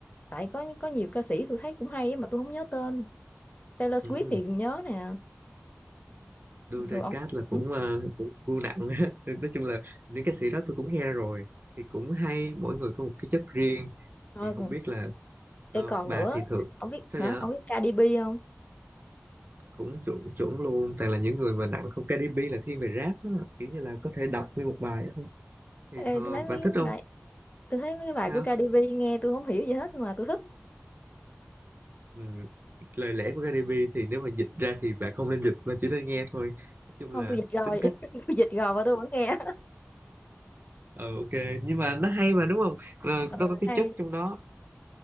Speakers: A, on the left (about 35°); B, on the right (about 50°).
A: tại có có nhiều ca sĩ tôi thấy cũng hay á mà tôi không nhớ tên Taylor
B: Ừ.
A: Swift thì nhớ nè
B: đưa
A: bình
B: ra
A: thường ông
B: cát là
A: ừ.
B: cũng ờ, cũng vô nặng á. <laughs> nói chung là những ca sĩ đó tôi cũng nghe rồi thì cũng hay mỗi người có một cái chất riêng
A: thôi
B: thì không
A: còn-
B: biết là ờ,
A: để còn
B: bà
A: nữa
B: thì thường
A: ông biết
B: sao
A: hả
B: vậy
A: ông biết Cardi B không
B: cũng chuẩn chuẩn luôn toàn là những người mà nặng không Cardi B là thiên về rap đó. kiểu như là có thể đọc nguyên một bài á. không thì
A: Ê,
B: ờ,
A: tôi thấy mấy
B: bà
A: cái
B: thích không
A: bài tôi thấy mấy cái bài
B: sao
A: của Cardi B nghe tôi không hiểu gì hết nhưng mà tôi thích
B: ừ. lời lẽ của Cardi B thì nếu mà dịch ra thì bà không nên dịch mà chỉ nên nghe thôi nói chung
A: không
B: là
A: tôi dịch rồi
B: tính cách
A: <laughs> tôi dịch rồi và tôi vẫn nghe
B: ờ ok nhưng mà nó hay mà đúng không Ờ,
A: ừ,
B: nó có cái
A: hay
B: chất trong đó